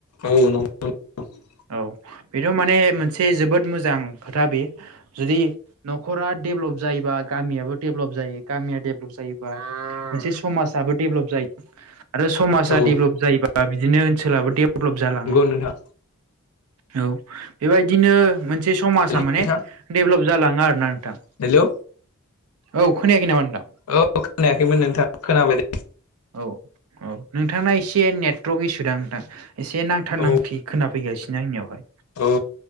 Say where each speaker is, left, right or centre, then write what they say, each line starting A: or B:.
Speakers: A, on the left (about 85°); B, on the right (about 80°).
A: औ नंगौ <unintelligible>
B: औ बेथ' माने मोनसे जोबोद मोजां खोथा बे जुदि न'खरा डेभलप जायोबा गामियाबो डेभलप जायो गामिया डेभलप जायोबा मोनसे समाजाबबो डेभलप जायो। आरो समाजा
A: औ
B: डेभ्लप जायोबा बिदिनो ओनसोलाबो डेभ्लप जालाङो।
A: नंगौ नोंथां
B: औ बेबायदिनो मोन मोनसे समाजा
A: हेल' नोंथां
B: माने डेभलप जालाङो आरोना नोंथां
A: हेलौ
B: औ खोनायाखै नामा नोंथां?
A: औ खोनायाखैमोन नोंथाङा खोनाबाय दे।
B: औ औ नोंथांना एसे नेटवर्क इसुदां नोंथां एसे नांथार
A: औ
B: नांथि खोनाफैगासिनो आंनियावहाय।
A: औ